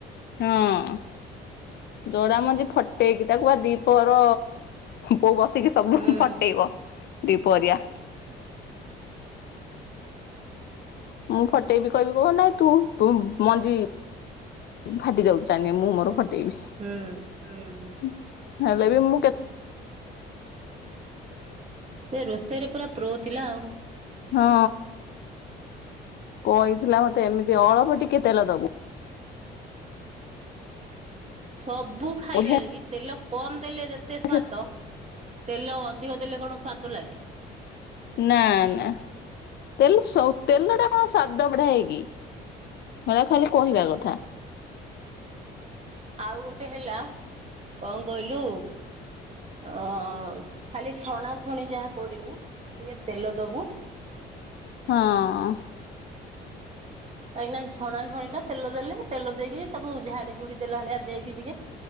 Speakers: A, on the left (about 60°); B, on the right (about 35°).
A: ହଁ ଜଡା ମଞ୍ଜି ଫଟେଇକି ତାକୁ ବା ଦିପର ବୋଉ ବସ ସେତିକି ସବୁ
B: ହୁଁ
A: ଫଟେଇବ ଦୀପରିଆ। ମୁଁ ଫଟେଇବି କହିବି କହିବ ନା ତୁ ତୁ ମଞ୍ଜି ଫାଟି ଯାଉଛି ଚାନେ ମୁଁ ମୋର ଫ ଟେଇବି
B: ହୁଁ ହୁଁ
A: ହେଲେ ବି ମୁଁ କେତେ
B: ସେ ରୋଷେଇରେ ପୁରା ପ୍ରୋ ଥିଲା ଆଉ।
A: ହଁ କହିଥିଲା ମତେ ଏମିତି ଅଳପ ଟିକେ ତେଲ ଦବୁ।
B: ସବୁ ଖାଇବାରେ
A: ବଢିଆ
B: ବି ତେଲ କମ ଦେଲେ ଯେତେ ସ୍ୱାଦ
A: ସେ
B: ତେଲ ଅଧିକ ଦେଲେ କଣ ସ୍ଵାଦ ଲାଗେ?
A: ନା, ନା ତେଲ ସୋ ତେଲ ଟା କଣ ସ୍ୱାଦ ବଢାଏକି? ହେରା ଖାଲି କହିବା କଥା
B: ଆଉ ଗୋଟେ ହେଲା କଣ କହିଲୁ? ଅ ଖାଲି ଛଣାଛଣି ଯାହା କରିବୁ। ଟିକେ ତେଲ ଦବୁ।
A: ହଁ
B: କାହିଁକି ନା ଛଣା ଛଣି ଟା ତେଲ ଦେଲେ। ତେଲ ଦେଇକି ତାକୁ ଝାଡି, ଝୁଡି ଦେଲା ଭଳିଆ ଦେଇକି, ଟିକେ